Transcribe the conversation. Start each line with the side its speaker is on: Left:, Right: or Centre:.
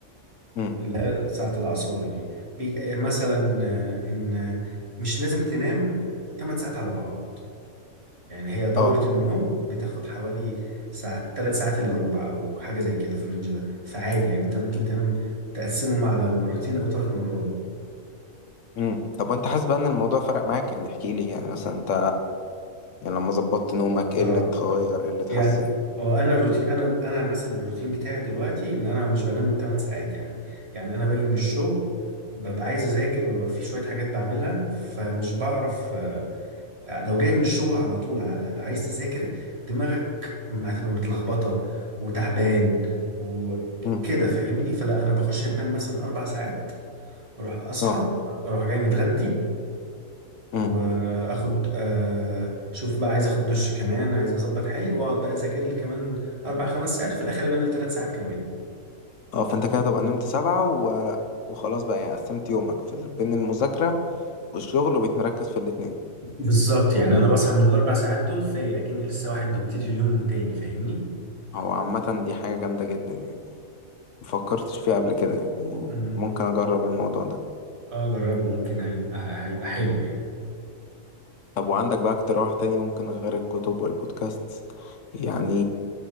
Left: امم
Right: اللي هي ساعة العصاري دي بي... آه مثلا آه ان آه، مش لازم تنام 8 ساعات على بعض يعني هي دورة
Left: اه
Right: النوم بتاخد حوالي ساعة تلات ساعات إلا ربع أو حاجة زي كده في الرينج ده فعادي يعني أنت ممكن تنام تقسمهم على مرتين أو تلات مرات
Left: امم طب وانت حاسس بقى ان الموضوع فرق معاك يعني احكي لي يعني مثلا انت يعني لما ظبطت نومك ايه
Right: اه
Left: اللي اتغير ايه اللي اتحسن
Right: يعني اه انا الروتين انا انا مثلا الروتين بتاعي دلوقتي ان انا مش بنام الثمان ساعات يعني يعني انا باجي من الشغل ببقى عايز اذاكر ببقى في شويه حاجات بعملها فمش بعرف لو جاي من الشغل على طول على عايز تذاكر دماغك م- هتبقى متلخبطة وتعبان وكده
Left: امم
Right: فاهمني فلا انا بخش انام مثلا اربع ساعات اروح اصحى
Left: اه
Right: اروح جاي متغدي
Left: امم.
Right: واخد آه شوف بقى عايز اخد دش كمان عايز اظبط حالي واقعد بقى اذاكر لي كمان اربع خمس ساعات وفي الاخر انام لي ثلاث ساعات كمان
Left: اه فانت كده تبقى نمت سبعة و... وخلاص بقى يعني قسمت يومك في ال- بين المذاكرة والشغل وبتمركز في الاتنين
Right: بالظبط يعني انا بصحى من الاربع ساعات دول فايق اكني لسه واحد بيبتدي اليوم من تاني فاهمني
Left: هو عامة دي حاجة جامدة جدا يعني مفكرتش فيها قبل كده يعني
Right: امم
Left: ممكن أجرب الموضوع ده
Right: اه جربه ممكن هي- هيبقى حلو يعني
Left: طب وعندك بقى اقتراح تاني ممكن غير الكتب والبودكاست يعني